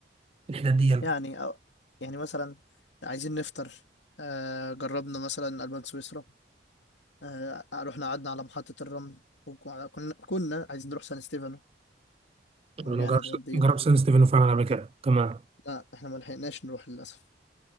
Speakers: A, on the right; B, on the left.
A: الحتت دي انا
B: يعني أو يعني مثلا عايزين نفطر آه جربنا مثلا ألبان سويسرا آه رحنا قعدنا على محطة الرمل وكنا كنا عايزين نروح سان ستيفانو ورجعنا
A: ما جربتش
B: اتغدينا
A: ما جربتش سان ستيفانو فعلا قبل كده تمام
B: لا احنا ما لحقناش نروح للأسف